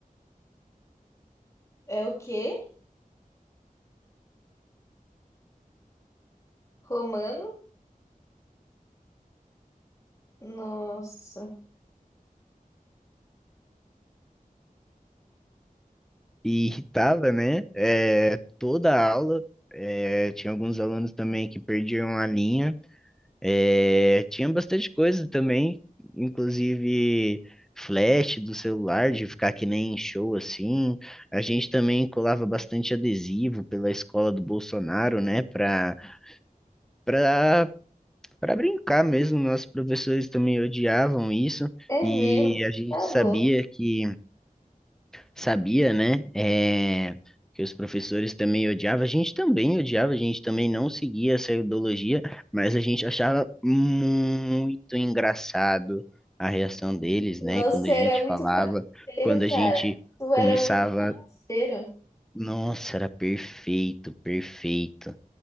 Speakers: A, on the left (about 20°); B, in the centre.
A: é o quê? Romano? Nossa,
B: e irritava, né? É, toda a aula. É, tinha alguns alunos também que perdiam a linha. É, tinha bastante coisa também, inclusive flash do celular, de ficar que nem em show assim. A gente também colava bastante adesivo pela escola do Bolsonaro, né? Para para para brincar mesmo. Nossos professores também odiavam isso
A: é
B: e
A: mesmo,
B: a gente
A: tá
B: sabia
A: louco.
B: que Sabia, né? É, que os professores também odiavam, a gente também odiava, a gente também não seguia essa ideologia, mas a gente achava muito engraçado a reação deles,
A: Nossa,
B: né? Quando
A: você
B: a gente
A: era muito
B: falava,
A: bagunceiro,
B: quando
A: cara.
B: a gente
A: Tu
B: começava,
A: era muito bagunceiro.
B: nossa, era perfeito, perfeito.